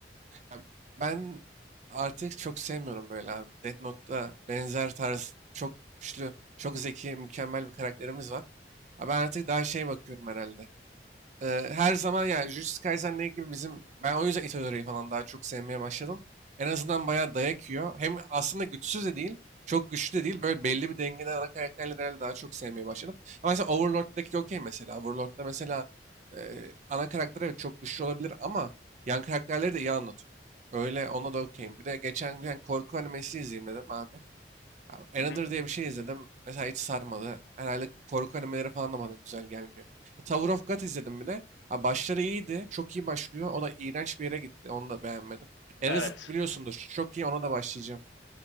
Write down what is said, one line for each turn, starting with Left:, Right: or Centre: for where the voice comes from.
Right: Ya, ben artık çok sevmiyorum böyle abi. Death Note'da benzer tarz çok güçlü, çok zeki, mükemmel bir karakterimiz var. Ha, ben artık daha şey bakıyorum herhalde. Ee, her zaman yani Jujutsu Kaisen ne gibi bizim ben o yüzden Itadori'yi falan daha çok sevmeye başladım. En azından bayağı dayak yiyor. Hem aslında güçsüz de değil, çok güçlü de değil. Böyle belli bir dengede ana karakterleri herhalde daha çok sevmeye başladım. Ama mesela Overlord'daki okey mesela. Overlord'da mesela e, ana karakter evet çok güçlü olabilir ama yan karakterleri de iyi anlatıyor. Öyle ona da okeyim. Bir de geçen gün korku animesi izleyeyim dedim abi. Abi,
Left: Hı
Right: Another
Left: hı.
Right: diye bir şey izledim. Mesela hiç sarmadı. Herhalde korku animeleri falan da bana güzel gelmiyor. E, Tower of God izledim bir de. Ha, başları iyiydi. Çok iyi başlıyor. O da iğrenç bir yere gitti. Onu da beğenmedim. Erased
Left: Evet.
Right: biliyorsundur. Çok iyi ona da başlayacağım.